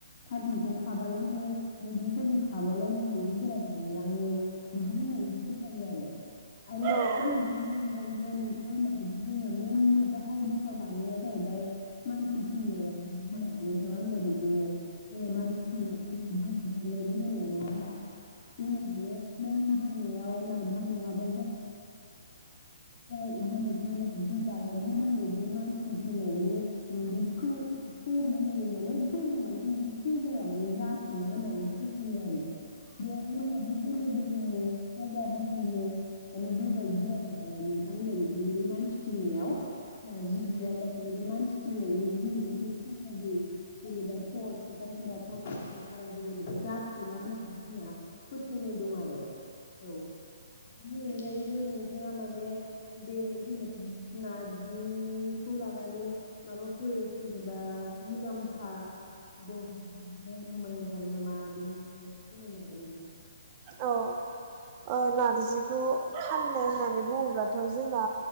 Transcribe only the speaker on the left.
फारथैखौ खाबालायनो मैगंफोरखौ खाबा लायनो मैगंफोरा रानलाङो बिदि होनना फोथायो आरो आरो
बेनि अनगा बो नोंथाङा होननाय जोंना मेनलि गाहाय बिफाव लानाया जाहैबाय मानसि थैनाया होना नोंथाङा होननाय बिदिनो जोंना मानसि थैनायखौ बुंनाय होनो नङ होमबा जोंना माने मानसि थैनायाव नारजि नङाबा जाया आरो माने जेनोखि नारजि जायाबो माने बे मानसि थैनायनि बेनि फो-फोरबो माने फोरबो माने मोन फुजाया माने जाफुङो होननानै फोथायो आरो। बेयावहाय नार्जि दोबोलोबो होयो फाजाबो होयो माने बेबायदि आरो माने नोंथांमोना बिदिनो बे मानसि थैनायाव नार्जि बिलाइया मा मोनोमोन बे मानस फिनायनि जि मोनसे सारादु जेनेबा फस फिथाइफोरा फस होननाय सारादु होनोबा जाफुङा होन दि होनना फोथायनाय दं आरो औ बेनि अनगायैबो नोंथाङा माने बे जेनेबा नारजिखौ लानानै माबाफोर जेनेबा मुलाम्फा दं रां खामायनो हायो नामा बिनि फोरमायनो हागोन नामा?